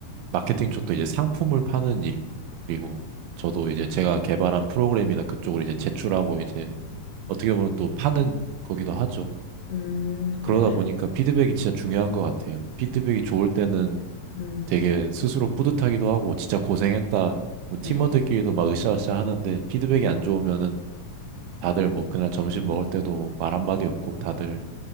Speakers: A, on the right; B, on the left.
A: 마케팅 쪽도 이제 상품을 파는 일이고 저도 이제 제가 개발한 프로그램이나 그쪽을 이제 제출하고 이제 어떻게 보면 또 파는 거기도 하죠.
B: 음,
A: 그러다
B: 그러시,
A: 보니까 피드백이 진짜 중요한 것 같아요. 피드백이 좋을 때는
B: 음,
A: 되게 스스로 뿌듯하기도 하고 진짜 고생했다. 뭐 팀원들끼리도
B: 네.
A: 막 으쌰으쌰 하는데 피드백이 안 좋으면은 다들 뭐 그날 점심 먹을 때도 뭐 말 한마디 없고 다들